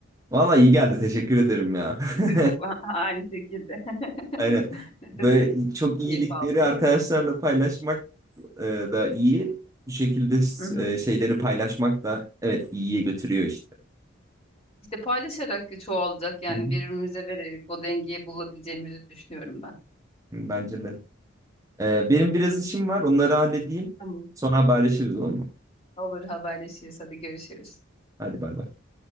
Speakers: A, on the right; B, on the left.
A: valla iyi geldi. Teşekkür ederim ya.
B: değil
A: <laughs>
B: mi? <laughs> Aynı şekilde
A: Aynen.
B: <laughs> ne
A: Böyle
B: demek
A: çok
B: keyif
A: iyilikleri
B: aldım.
A: arkadaşlarla paylaşmak e, da iyi. Bu şekilde
B: Hı hı.
A: e, şeyleri paylaşmak da evet iyiye götürüyor işte.
B: İşte paylaşarak çoğalacak yani
A: Hı hı.
B: birbirimize vererek o dengeyi bulabileceğimizi düşünüyorum ben.
A: Bence de. E, benim biraz işim var. Onları halledeyim.
B: Tamam.
A: Sonra haberleşiriz olur mu?
B: Olur haberleşiriz hadi görüşürüz.
A: Hadi bay bay.